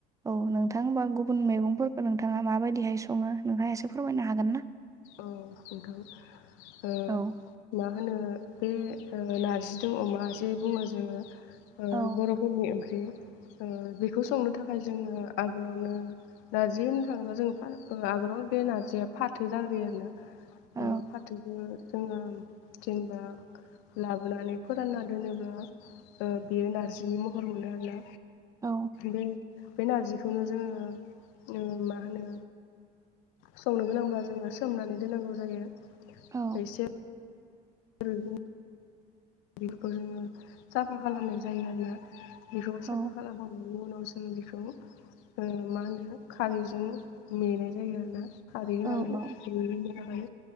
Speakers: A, on the right; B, on the left.
A: औ नोंथां ओमबा आं गुबुन गुबुन मैगंफोरखौ नोंथाङा माबायदिहाय सङो नोंथाङासो फोरमायनो हागोन ना?
B: औ नोंथां ओ
A: औ
B: मा होनो बे नारजि दो अमा जे बुङो जोङो
A: औ
B: बर'फोरनि ओंख्रि। जोङो बेखौ संनो थाखाय जोङो आगोलावनो नारजै होनो थाङोबा जोङो आगोलावनो बे नारजिया फाथो जाबाय आरोना
A: औ
B: ओ फाथोखो जोङो जेनेबा लाबोनानै फोरानना दोनोब्ला ओ बेयो नारजिनि महर मोनो आरोना।
A: औ
B: बे बे नारजिखौनो जोङो ओ मा होनो संनो गोनांब्ला जोङो सोमनानै दोननांगौ जायो
A: औ
B: एसे <unintelligible> बेफोरखौ जोङो साफा खालामनाय जायो आरोना बेफोरखौ
A: औ
B: साफा खालामखांनायनि उनाव जो बेखौ ओ मा होनो खारैजों मेनाय जायो आरो ना खारै होनानै
A: औ
B: बिनो थाखाय